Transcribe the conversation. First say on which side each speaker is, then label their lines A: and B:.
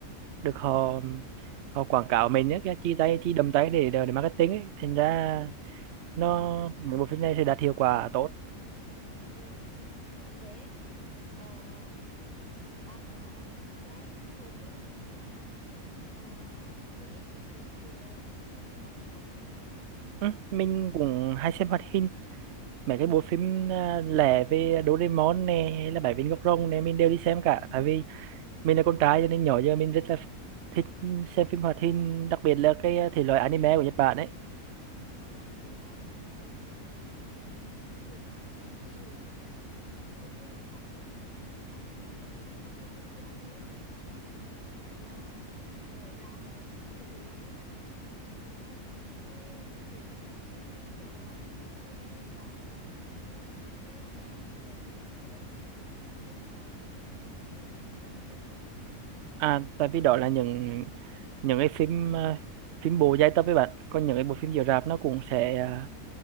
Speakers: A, on the right (about 65°); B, on the right (about 25°).
A: được họ họ quảng cáo mình ấy, cái chi tay chi đầm tay để để marketing ấy. Thành ra nó
B: ừ,
A: những bộ phim này sẽ đạt hiệu quả tốt.
B: ừ, có thế Ờ, ừ, bạn có xem cái bộ phim mà ờ, những ít thể, thể loại phim hoạt hình không
A: Ừ, mình cũng hay xem hoạt hình mấy cái bộ
B: ừ.
A: phim à, lẻ về Doraemon nè hay là Bảy viên ngọc rồng nè mình đều đi xem cả tại vì mình là con trai cho nên nhỏ giờ mình rất là thích xem phim hoạt hình đặc biệt là cái à, thể loại anime của Nhật Bản ấy
B: mà vậy là mà ừ, mình cũng có xem mấy cái bộ phim đó nhưng mà hầu như là không Còn, hình như mình chỉ có xem một phim Your Name là là ừ, ở rạp thôi kiểu thể loại như bạn nói ấy. còn những cái kiểu mà phim thể loại mà anime Nhật Bản thì mình hay xem ở trên YouTube á trên um, trên máy tính thì nhiều hơn
A: à tại vì đó là những những cái phim à, phim bộ dài tập với bạn còn những cái bộ phim chiếu rạp nó cũng sẽ à,